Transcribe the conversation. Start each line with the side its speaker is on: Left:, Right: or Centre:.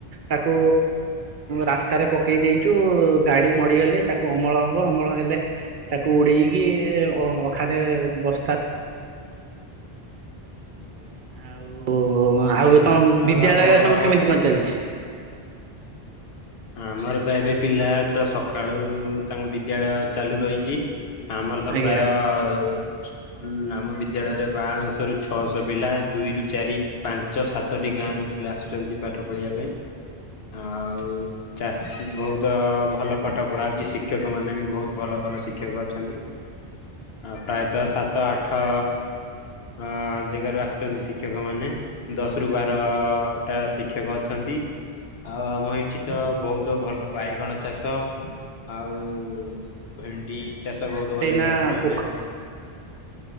Right: ତାକୁ ରାସ୍ତାରେ ପକେଇ ଦେଇଛୁ ଗାଡି ମଡ଼ିଗଲେ ତାକୁ ଅମଳ ହବ। ଅମଳ ହେଲେ ତାକୁ ଉଡେଇକି ଅ ଅଖାରେ ବସ୍ତା ଆଉ ଆଉ
Left: ଆଜ୍ଞା
Right: ତମ
Left: ଆଉ
Right: ବିଦ୍ୟାଳୟ
Left: ଆପଣଙ୍କ
Right: ସବୁ କେମିତି କଣ ଚାଲିଛି
Left: ଆମରତ ଏବେ ପିଲାତ ସକାଳୁ ତାଙ୍କ ବିଦ୍ୟାଳୟ ଚାଲୁ ରହିଚି ଆମରତ
Right: ଆଜ୍ଞା
Left: ପ୍ରାୟ ହୁଁ ଆମ ବିଦ୍ୟାଳୟରେ ପାଁଶହରୁ ଛଅଶହ ପିଲା ଦୁଇରୁୁ ଚାରି। ପାଞ୍ଚ ସାତଟି ଗାଁରୁ ପିଲା ଆସୁଛନ୍ତି ପାଠ ପଢ଼ିବା ପାଇଁ ଆଉ। ଚାଷୀ ବହୁତ ଭଲ ପାଠ ପଢା ହଉଚି ଶିକ୍ଷକ ମାନେବି ବହୁତ ଭଲ ଭଲ ଶିକ୍ଷକ ଅଛନ୍ତି। ହଁ ପ୍ରାୟତଃ ସାତ ଆଠ। ଅ ଜେଗାରୁ ଆସୁଛନ୍ତି ଶିକ୍ଷକ ମାନେ। ଦଶ ରୁ ବାରଟା ଶିକ୍ଷକ ଅଛନ୍ତି ଆଉ ଆମଏଠି। ତ ବହୁତ ଭଲ ବାଇଗଣ ଚାଷ ଆଉ ଭେଣ୍ଡି। ଚାଷ ବହୁତ ଭଲ
Right: ଏଇନା
Left: ଅଛି ଆପଣ
Right: ପୋଖରୀ
Left: ଏରିଆରେ କଣ।